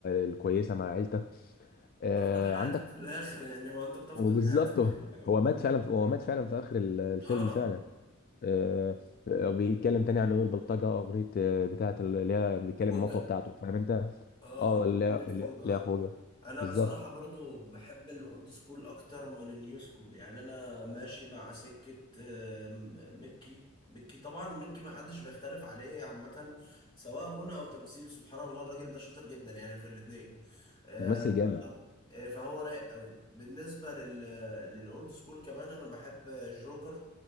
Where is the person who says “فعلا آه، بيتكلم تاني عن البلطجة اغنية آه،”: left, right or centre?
Left